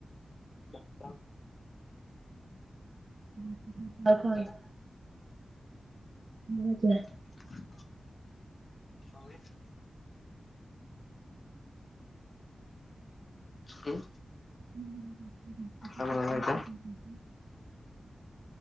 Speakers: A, on the left (about 55°); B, on the right (about 50°).
A: <unintelligible>
B: ଉ ହୁଁ ଆଉ
A: ତମେ
B: କଣ? ମୋ ଯା।
A: କଣ କହିଲେ? ହୁଁ?
B: <unintelligible>
A: କଣ